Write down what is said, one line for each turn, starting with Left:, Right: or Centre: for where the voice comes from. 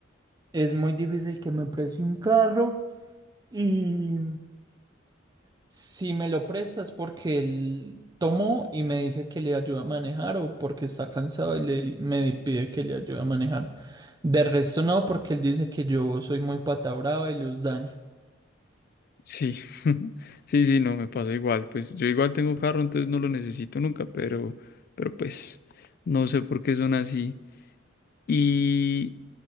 Right: Es muy difícil que me preste un carro y si me lo prestas porque él tomó y me dice que le ayuda a manejar o porque está cansado y le, me pide que le ayude a manejar. De resto no, porque él dice que yo soy muy pata brava y los daño.
Left: Sí, <laughs> sí, sí, no, me pasa igual. Pues yo igual tengo carro, entonces no lo necesito nunca, pero, pero pues no sé por qué son así. Y